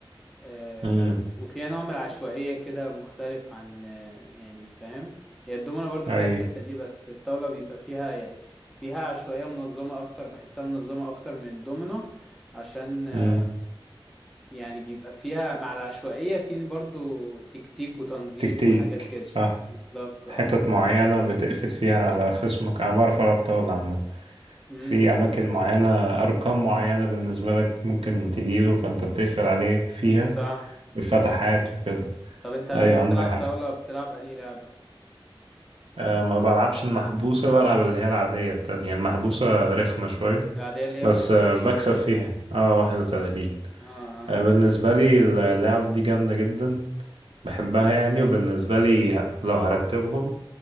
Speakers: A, in the centre; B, on the right.
A: آه،
B: مم.
A: وفيها نوع من العشوائية كده مختلف عن آه، يعني فاهم هي الدومنة برضو
B: أي
A: فيها الحتة دي بس الطاولة بيبقى فيها يعني فيها عشوائية منظمة أكتر بحسها منظمة أكتر من الدومنة عشان آه،
B: مم.
A: يعني بيبقى فيها مع العشوائية في برضو تكتيك وتنظيم
B: تكتيك
A: وحاجات كده
B: صح
A: بالظبط اه
B: حتت معينة بتقفت فيها على خصمك أنا بعرف ألعب طاولة عامة
A: م -م.
B: في أماكن معينة أرقام معينة بالنسبة لك ممكن تجيله فأنت بتقفل عليه فيها
A: صح
B: في الفتحات وكده
A: طب انت لما
B: أيوة
A: بتلعب
B: عندك حق
A: طاولة بتلعب انهي لعبة؟
B: أه ما بلعبش المحبوسة بلعب اللي هي العادية التانية يعني المحبوسة رخمة شوية
A: العادية اللي هي
B: بس
A: 31
B: أه بكسب فيها اه واحد وتلاتين
A: اه اه
B: أه بالنسبة لي اللعب دي جامدة جدا بحبها يعني وبالنسبة لي لو هرتبهم